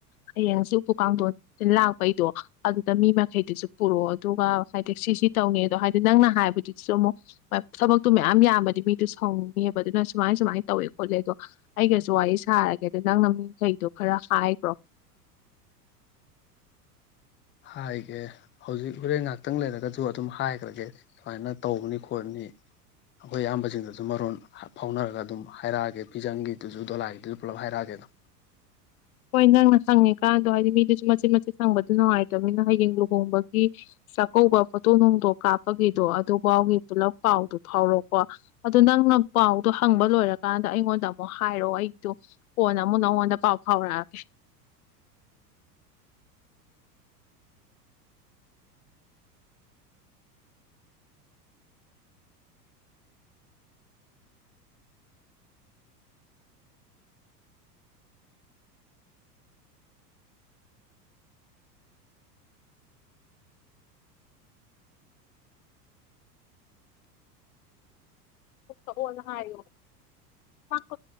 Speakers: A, on the left; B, on the left.
A: ꯍꯌꯦꯡꯁꯤ ꯎꯄꯨ ꯀꯥꯡꯊꯣꯟ ꯂꯥꯛꯄꯩꯗꯣ ꯑꯗꯨꯗ ꯃꯤ ꯃꯈꯩꯗꯨꯁꯨ ꯄꯨꯔꯛꯑꯣ ꯑꯗꯨꯒ ꯍꯥꯏꯗꯤ ꯁꯤꯁꯤ ꯇꯧꯅꯤ ꯑꯗꯣ ꯍꯥꯏꯗꯤ ꯅꯪꯅ ꯍꯥꯏꯕꯗꯨꯗꯁꯨ ꯑꯃꯨꯛ ꯊꯕꯛꯇꯨ ꯃꯌꯥꯝ ꯌꯥꯝꯕꯗꯤ ꯃꯤꯗꯨ ꯁꯥꯎꯉꯦꯕ ꯑꯗꯨꯅ ꯁꯨꯃꯥꯏ ꯁꯨꯃꯥꯏꯅ ꯇꯧꯋꯦ ꯈꯣꯠꯂꯦ ꯑꯗꯣ ꯑꯩꯒꯁꯨ ꯋꯥꯔꯤ ꯁꯥꯔꯒꯦ ꯑꯗ ꯅꯪꯅ ꯃꯤꯈꯩꯗꯣ ꯈꯔ ꯍꯥꯏꯈ꯭ꯔꯣ
B: ꯍꯥꯏꯒꯦ ꯍꯧꯖꯤꯛ ꯍꯣꯔꯦꯟ ꯉꯥꯏꯍꯥꯛꯇꯪ ꯂꯩꯔꯒꯁꯨ ꯑꯗꯨꯝ ꯍꯥꯏꯈ꯭ꯔꯒꯦ ꯁꯨꯃꯥꯏꯅ ꯇꯧꯕꯅꯤ ꯈꯣꯠꯅꯤ ꯑꯩꯈꯣꯏ ꯑꯌꯥꯝꯕꯁꯤꯡꯗꯁꯨ ꯃꯔꯣꯟ ꯐꯥꯎꯅꯔꯒ ꯑꯗꯨꯝ ꯍꯥꯏꯔꯛꯑꯒꯦ ꯐꯤꯖꯪꯒꯤꯗꯨꯁꯨ ꯗꯣꯂꯥꯏꯒꯤꯗꯨꯁꯨ ꯄꯨꯂꯞ ꯍꯥꯏꯔꯛꯑꯒꯦꯗ
A: ꯍꯣꯏ ꯅꯪꯅ ꯈꯪꯉꯦ ꯀꯥꯟꯗ ꯍꯥꯏꯗꯤ ꯃꯤꯗꯨꯁꯨ ꯃꯆꯦꯠ ꯃꯆꯦꯠ ꯍꯪꯕꯗ ꯅꯨꯡꯉꯥꯏꯇꯕꯅꯤꯅ ꯍꯌꯦꯡ ꯂꯨꯍꯣꯡꯕꯒꯤ ꯆꯥꯛꯀꯧꯕ ꯐꯣꯇꯣꯛ ꯅꯨꯡꯗꯣꯛ ꯀꯥꯞꯄꯒꯤꯗꯣ ꯑꯗꯨꯐꯥꯎꯒꯤ ꯄꯨꯂꯞ ꯄꯥꯎꯗꯨ ꯐꯥꯎꯔꯣꯀꯣ ꯑꯗꯨꯣ ꯅꯪꯅ ꯄꯥꯎꯗꯣ ꯍꯪꯕ ꯂꯣꯏꯔꯀꯥꯟꯗ ꯑꯩꯉꯣꯟꯗ ꯑꯃꯨꯛ ꯍꯥꯏꯔꯣꯑꯣ ꯑꯩꯗꯣ ꯐꯣꯟ ꯑꯃꯨꯛ ꯅꯪꯉꯣꯟꯗ ꯄꯥꯎ ꯍꯥꯎꯔ ꯑꯣ ꯍꯔ ꯀ